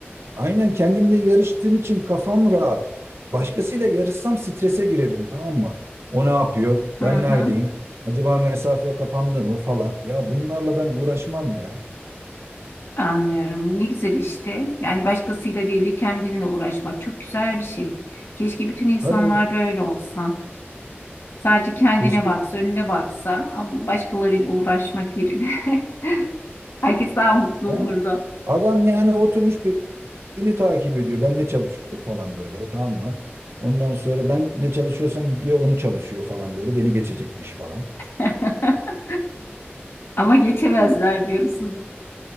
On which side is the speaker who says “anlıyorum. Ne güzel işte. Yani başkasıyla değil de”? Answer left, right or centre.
Left